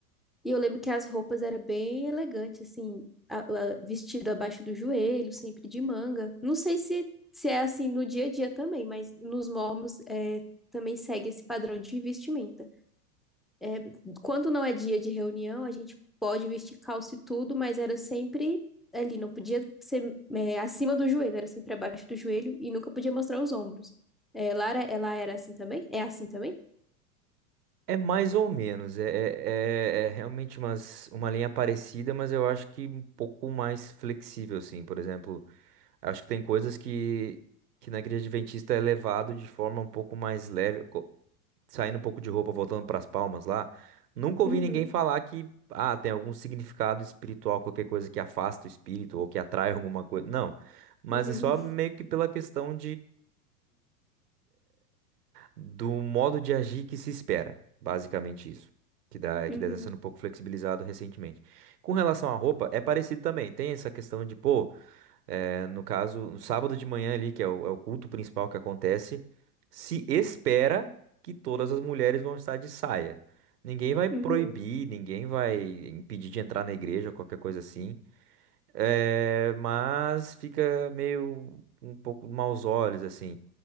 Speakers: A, in the centre; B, on the right (about 85°).
A: e eu lembro que as roupas eram bem elegantes, assim, a- a- vestido abaixo do joelho, sempre de manga. Não sei se, se é assim no dia a dia também, mas nos mormons eh, também segue esse padrão de vestimenta é, quando não é dia de reunião, a gente pode vestir calça e tudo, mas era sempre ali, não podia ser é, acima do joelho, era sempre abaixo do joelho e nunca podia mostrar os ombros. É, Lara, ela era assim também? É assim também?
B: É mais ou menos, é, é, é- é realmente umas, uma linha parecida, mas eu acho que um pouco mais flexível, assim. Por exemplo, acho que tem coisas que, que na igreja adventista é levado de forma um pouco mais leve, co- saindo um pouco de roupa, voltando para as palmas lá. Nunca ouvi
A: Uhum,
B: ninguém falar que, ah, tem algum significado espiritual, qualquer coisa que afasta o espírito ou que atrai alguma coisa. Não, mas
A: uhum,
B: é só meio que pela questão do modo de agir que se espera. Basicamente isso. Que dá,
A: uhum,
B: que deve estar sendo um pouco flexibilizado recentemente. Com relação à roupa, é parecido também. Tem essa questão de, pô, eh, no caso, no sábado de manhã ali, que é o, é o culto principal que acontece, se espera que todas as mulheres vão estar de saia. Ninguém vai proibir,
A: uhum,
B: ninguém vai impedir de entrar na igreja, qualquer coisa assim. É, mas fica meio um pouco maus olhos, assim.